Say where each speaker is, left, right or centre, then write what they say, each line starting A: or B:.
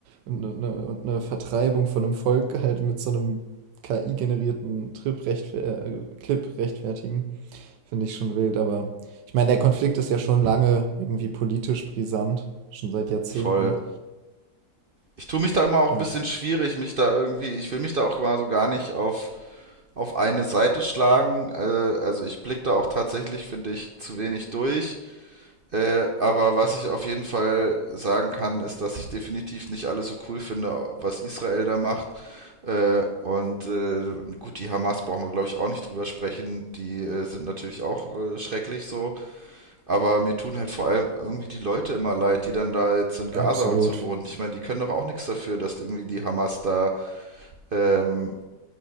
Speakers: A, on the right; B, on the right.
A: und eine, und eine Vertreibung von einem Volk halt mit so einem KI-generierten Trip rechtfer äh, Clip rechtfertigen, finde ich schon wild. Aber ich meine, der Konflikt ist ja schon lange irgendwie politisch brisant, schon seit Jahrzehnten.
B: Voll. Ich tue mich da immer auch
A: Aber
B: ein bisschen
A: ich.
B: schwierig, mich da irgendwie, ich will mich da auch mal so gar nicht auf, auf eine Seite schlagen. Äh, also ich blicke da auch tatsächlich, finde ich, zu wenig durch. Äh, aber was ich auf jeden Fall sagen kann, ist, dass ich definitiv nicht alles so cool finde, was Israel da macht. Äh, und äh, gut, die Hamas brauchen wir, glaube ich, auch nicht drüber sprechen. Die äh, sind natürlich auch äh, schrecklich so. Aber mir tun halt vor allem irgendwie die Leute immer leid, die dann da jetzt in Gaza
A: Absolut.
B: und so wohnen. Ich meine, die können doch auch nichts dafür, dass irgendwie die Hamas da ähm,